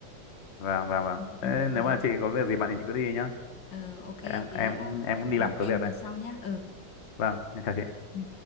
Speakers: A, on the left; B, on the left.
A: vâng vâng vâng
B: ừ, ừ,
A: Thế nếu
B: thế.
A: mà chị có việc gì bạn thì chị cứ đi nhá
B: Ờ, ok thế
A: em em
B: hẹn
A: em cũng đi làm
B: gặp
A: số
B: em
A: việc
B: lần
A: đây
B: sau nhá ừ
A: vâng em chào chị
B: ừ.